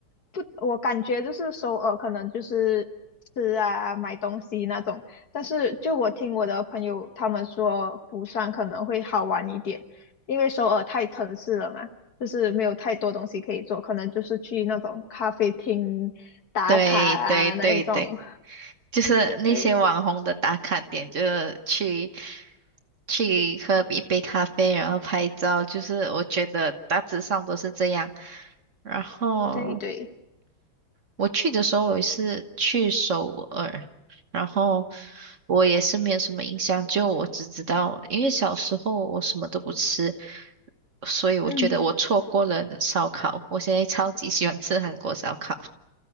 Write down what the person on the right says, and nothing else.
对对对对，就是那些网红的打卡点，
就是去去喝一杯咖啡，然后拍照，就是我觉得大致上都是这样。然后
我去的时候，我是去首尔，然后我也是没有什么印象，就我只知道，因为小时候我什么都不吃，所以我觉得我错过了烧烤，
我现在超级喜欢吃韩国烧烤，